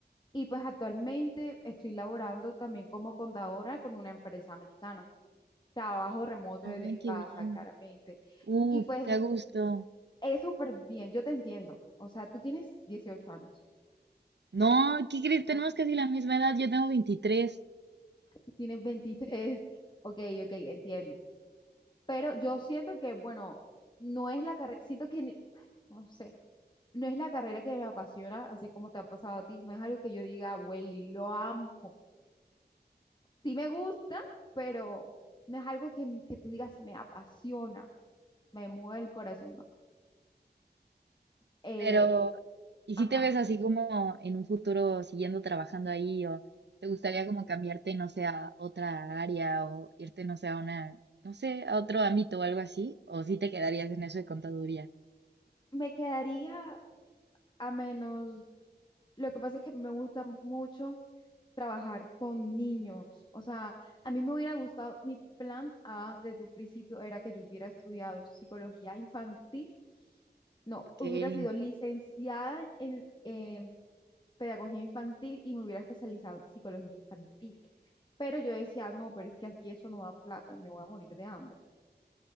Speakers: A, on the left; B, on the right.
A: y pues actualmente estoy laborando también como contadora con una empresa americana. Trabajo remoto desde
B: Ay,
A: mi
B: qué
A: casa,
B: bien.
A: claramente.
B: Uf,
A: Y pues
B: qué a gusto.
A: es súper bien, yo te entiendo. O sea, tú tienes 18 años,
B: No, ¿qué crees? Tenemos
A: yo- <laughs>
B: casi la misma edad, yo tengo veintitrés
A: tú tienes veintitrés Ok, ok, entiendo. Pero yo siento que, bueno, no es la carrera, siento que, ni- ay, no sé. no es la carrera que me apasiona, así como te ha pasado a ti, no es algo que yo diga, güey, lo amo. Sí me gusta, pero no es algo que, que tú digas, me apasiona, me mueve el corazón, no. Eh,
B: Pero, ¿y
A: ajá,
B: si te ves así como en un futuro siguiendo trabajando ahí o te gustaría como cambiarte, no sé, a otra área o irte, no sé, a una, no sé, a otro ámbito o algo así? ¿O si te quedarías en eso de contaduría?
A: me quedaría a menos Lo que pasa es que me gusta mucho trabajar con niños. O sea, a mí me hubiera gustado, mi plan A desde un principio era que yo hubiera estudiado psicología infantil. No,
B: Porque
A: hubiera sido licenciada en, en pedagogía infantil y me hubiera especializado en psicología infantil. Pero yo decía, no, pero es que aquí eso no da plata, me voy a morir de hambre.